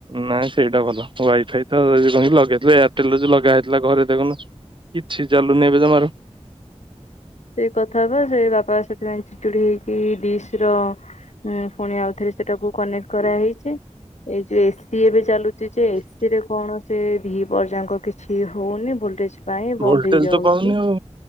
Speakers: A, on the right (about 45°); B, on the left (about 75°).
A: ନାଇଁ ସେଇଟା ଭଲ ୱାଇଫାଇ ତ କଣ କହିଲୁ ଲଗିଆ ହେଇଥିଲା ଏୟାରଟେଲ ଯୋଉ ଲଗା ହେଇଥିଲା ଘରେ ଦେଖୁନୁ କିଛି ଚାଲୁନି ଏବେ ଜମାରୁ
B: ସେଇ କଥା ବା ସେ ବାପା ସେଥିପାଇଁ ଚିଡିକି ଡିସ୍ ର ପୁଣି ଆଉଥରେ ସେଟାକୁ କନେକ୍ଟ କରାହେଇଛି ଏଇ ଯୋଉ ଏସି ଏବେ ଚାଲୁଛି ଯେ ଏସି ରେ କୌଣସି ଭି ପର୍ଯ୍ୟାଙ୍କ କିଛି ହଉନି ଭୋଲଟେଜ ପାଇଁ ବନ୍ଦ
A: ଭୋଲଟେଜ
B: ହେଇଯାଉଛି
A: ତ ପାଉନି ଆଉ